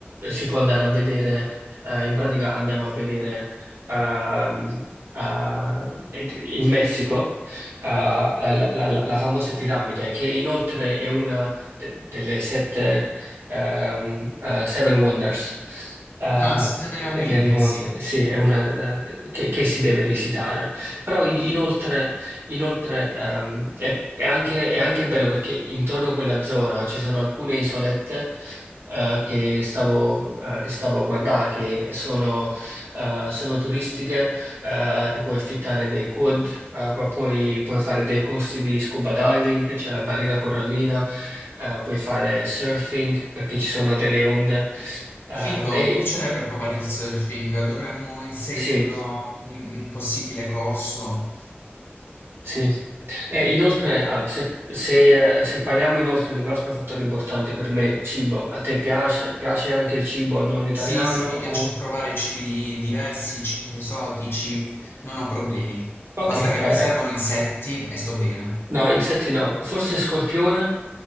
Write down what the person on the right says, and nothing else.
si può andare a vedere, eh, in pratica andiamo a vedere ehm, eh, in Messico eh, la, la- la- la- la famosa piramide, che inoltre è una de- delle sette ehm, eh, Seven Wonders. Eh,
ne- Nel monte,
sì, è una, eh, che, che si deve visitare. Però in-
inoltre, inoltre ehm, è, è anche, è anche bello perché intorno a quella zona ci sono alcune isolette eh, che stavo, eh, che stavo a guardare, che sono, eh, sono turistiche, eh, ti puoi affittare dei quad, eh, pu- puoi, puoi fare dei corsi di scuba diving, c'è la barriera corallina, eh, puoi fare surfing perché ci sono delle onde. Eh,
sì,
sì. E inoltre, allora, se, se- eh, se parliamo inoltre di un altro fattore importante per me, cibo, a te piace, piace anche il cibo non italiano?
o-
Ok,
eh,
no, insetti no, forse scorpione?